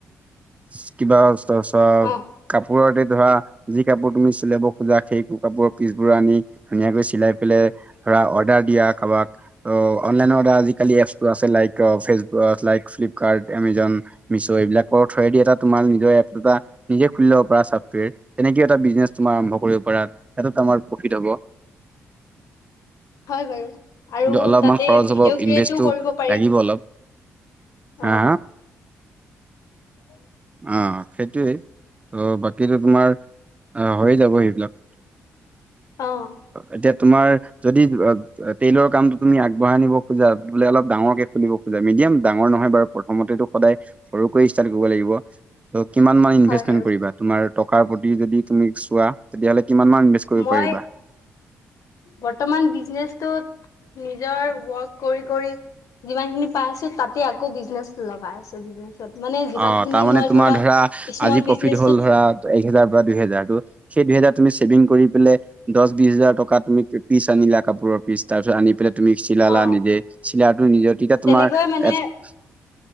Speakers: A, on the right (about 20°); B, on the left (about 70°).
A: ইচ্ কিবা অস্তাচা।
B: অ
A: কাপোৰতে ধৰা যি কাপোৰ তুমি চিলাব খোজা সেই কাপোৰৰ পিছবোৰ আনি,,, ধুনীয়াকৈ চিলাই পালাই ধৰা অৰ্ডাৰ দিয়া কাৰোবাক। অঁ অনলাইনৰ আডাৰ আজিকালি এপছটো আছে like Facebook like Flipkart Amazon মিছো এইবিলাকৰ থ্ৰয়েদিটা তোমাৰ নিজৰ এপটা নিজে খুলি ল'ব পাৰা ছ্টৱেৰ, তেনেকেও এটা বিজনেছ তুমাৰ আৰম্ভ কৰিব পাৰা তাতো আমাৰ প্ৰফিট হ'ব।
B: হয়ঁ বাৰু আৰু
A: কিন্তু অলপমান
B: তাতে
A: খৰচ
B: ভিডিঅ'
A: হ'ব
B: ক্ৰিয়েটো
A: ইনভেষ্টটো
B: কৰিব পাৰি।
A: লাগিব অলপ হা।
B: অ <unintelligible>
A: অঁ' সেইটোৱেই, ত' বাকীতো তোমাৰ হৈ যাব সেইবিলাক।
B: অঁ!
A: এতিয়া তোমাৰ যদি জোৱাত টেইলৰ কামটো তুমি আগবঢ়াই নিব খোজা বোলে অলপ ডাঙৰকে খুলিব খোজা মিডিয়াম ডাঙৰ নহয় বাৰু প্ৰথমতেতো সদায়। সৰুকৈ ষ্টাৰ্ কৰিব লাগিব। ত' কিমান মান ইনভেচমেন্ট
B: হয় বাৰু
A: কৰিবা তোমাৰ টকাৰ প্ৰতি যদি তুমি চোৱা তেতিয়াহ'লে কিমান মান কৰিব
B: মই
A: পাৰিবা
B: বৰ্তমান বিজনেচতোট,,, নিজৰ ৱৰ্ক কৰি কৰি। যিমান খিনি পাই আছো তাকে আকৌ বিজনেচ লগাই আছো বিজনেচ। ত মানে যিমান
A: অ
B: খিনি
A: তাৰমানে
B: মই
A: তোমাৰ
B: ধৰা স্মল
A: আজি প্ৰফিট
B: বিজনেচত
A: হ'ল ধৰা এক হেজাৰ বা দুইহেজাৰ ত সেই দুইহেজাৰ তুমি চছেভিং কৰি পেলে। দহ বিশ হাজাৰ টকা তুমি পিছ আনিলা কাপোৰৰ পিছ তাৰ পিছত আনি পেলাই। তুমি চিলালা
B: অ
A: নিজে চিলাইটো নিজে তেতিয়া তোমাৰ
B: তেনেকৈ মানে
A: এফচ-